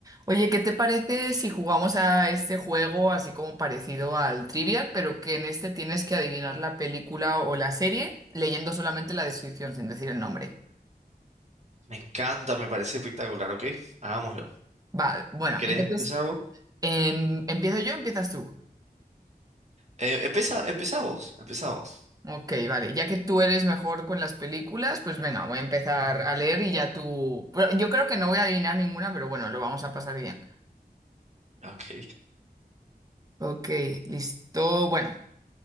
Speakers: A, on the right; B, on the right.
A: Oye, ¿qué te parece si jugamos a este juego así como parecido al Trivial, pero que en este tienes que adivinar la película o la serie leyendo solamente la descripción sin decir el nombre?
B: Me encanta, me parece espectacular, ¿ok? Hagámoslo.
A: Vale, bueno,
B: ¿Querés
A: entonces,
B: empezar vos?
A: em, ¿empiezo yo o empiezas tú?
B: Eh, empieza, empieza vos, empezá vos.
A: Ok, vale, ya que tú eres mejor con las películas, pues venga, voy a empezar
B: <laughs>
A: a leer y ya tú... Pero yo creo que no voy a adivinar ninguna, pero bueno, lo vamos a pasar bien.
B: Ok,
A: Ok, listo. Bueno,